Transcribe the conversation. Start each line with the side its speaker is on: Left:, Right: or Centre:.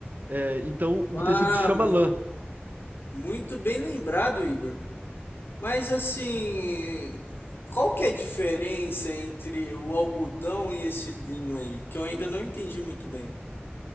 Right: É, então, o tecido
Left: Ah,
Right: se chama
Left: mu-
Right: lã.
Left: muito bem lembrado, Igor. Mas assim, qual que é a diferença entre o algodão e esse linho aí? Que eu ainda não entendi muito bem.